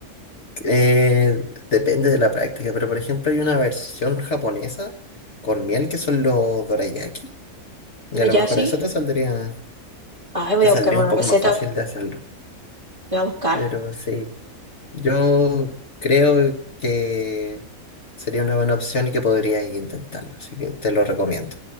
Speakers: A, on the left (about 50°); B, on the right (about 20°).
A: Eh, depende de la práctica, pero por ejemplo hay una versión japonesa con miel que son los dorayaki. Y a lo
B: Ya
A: mejor
B: sí.
A: eso te saldría,
B: Ay, voy
A: te
B: a
A: saldría
B: buscar una
A: un poco
B: receta,
A: más fácil de hacerlo.
B: voy a buscar.
A: Pero sí, yo creo que sería una buena opción y que podrías intentarlo, así que te lo recomiendo.